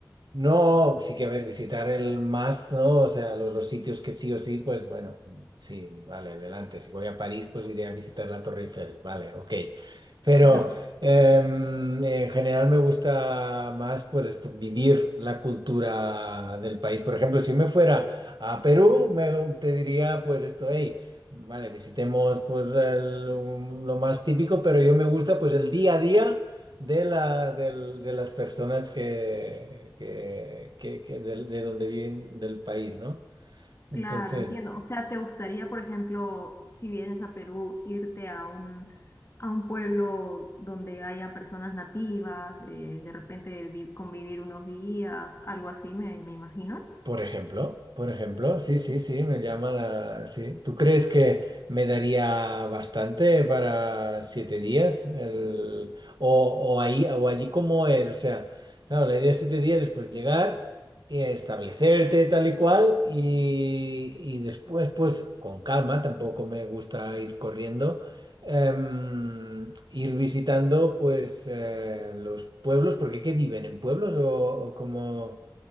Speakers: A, on the right (about 70°); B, on the left (about 35°).
A: no, sí que a ver, visitar el más, ¿no? O sea, los, los sitios que sí o sí, pues bueno, sí, vale, adelante. Si voy a París, pues iré a visitar la Torre Eiffel. Vale, ok. Pero
B: <laughs>
A: em, en general me gusta más, pues esto, vivir la cultura del país. Por ejemplo, si me fuera... A Perú me, te diría pues esto, hey, vale, visitemos pues el- un- lo más típico, pero yo me gusta pues el día a día de, la, del- de las personas que, que, que- que del- de, donde viven del país, ¿no?
B: Claro,
A: Entonces,
B: entiendo. O sea, ¿te gustaría, por ejemplo, si vienes a Perú, irte a un, a un pueblo donde haya personas nativas, eh, de repente vi- convivir unos días, algo así, me, me imagino?
A: Por ejemplo, por ejemplo, sí,
B: Ujú.
A: sí, sí, me llama la... Sí. ¿Tú crees que me daría bastante para siete días? El- O, o ahí, o allí cómo es, o sea, claro, la idea de siete días es pues llegar y establecerte tal y cual y, y después pues con calma, tampoco me gusta ir corriendo, em, ir visitando pues eh, los pueblos, porque ¿qué viven en pueblos o, o cómo?